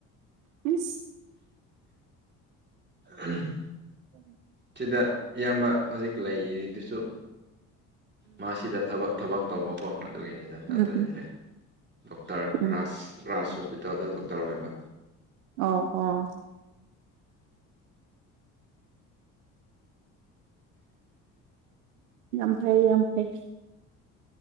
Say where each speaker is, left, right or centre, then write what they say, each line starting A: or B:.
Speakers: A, on the right; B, on the right.
A: ꯎꯝ
B: ꯎꯝ
A: <inaudible>
B: ꯁꯤꯗ ꯏꯌꯥꯝꯕ ꯍꯧꯖꯤꯛ ꯂꯩꯔꯤꯗꯨꯁꯨ ꯃꯥꯁꯤꯗ ꯊꯕꯛ ꯊꯕꯛ ꯇꯧꯕꯀꯣ ꯑꯗꯨꯒꯤꯅꯤꯗ
A: ꯎꯝ
B: ꯅꯠꯇ꯭ꯔꯗꯤ
A: ꯎꯝ
B: ꯂꯩ ꯗꯣꯛꯇꯔ
A: ꯎꯝ
B: ꯔꯥꯁ ꯔꯥꯁ ꯍꯣꯁꯄꯤꯇꯥꯜꯗ ꯗꯣꯛꯇꯔ ꯑꯣꯏꯕ
A: ꯑꯣ ꯑꯣ ꯌꯥꯝ ꯐꯩ ꯌꯥꯝ ꯐꯩ